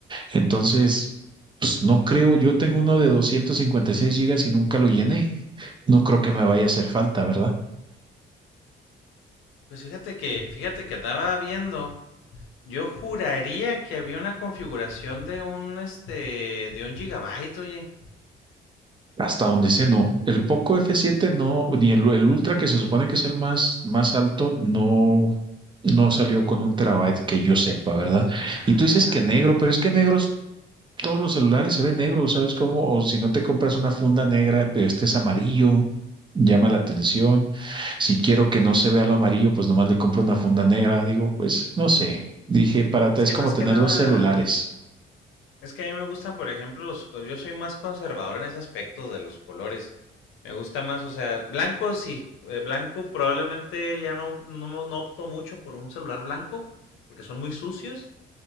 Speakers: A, on the right; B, on the left.
A: Entonces, pues no creo, yo tengo uno de 256 gigas y nunca lo llené. No creo que me vaya a hacer falta, ¿verdad?
B: Pues fíjate que, fíjate que andaba viendo. Yo juraría que había una configuración de un este de un gigabyte, oye.
A: Hasta donde sé, no. El Poco f siete no, ni el, el Ultra, que se supone que es el más, más alto, no, no salió con un terabyte que yo sepa, ¿verdad?
B: Ah,
A: Y tú dices que negro, pero es que
B: ok.
A: negros, todos los celulares se ven negros, ¿sabes cómo? O si no te compras una funda negra, pero este es amarillo, llama la atención. Si
B: Mm,
A: quiero que no se vea lo amarillo, pues nomás le compro una funda negra. Digo, pues no sé. Dije, para ti
B: Es
A: es
B: que
A: como
B: más
A: tener
B: que nada,
A: dos celulares.
B: es que a mí me gustan, por ejemplo, los co- yo soy más conservador en ese aspecto de los colores. Me gusta más, o sea, blanco sí, eh, blanco probablemente ya no no no opto mucho por un celular blanco porque son muy sucios.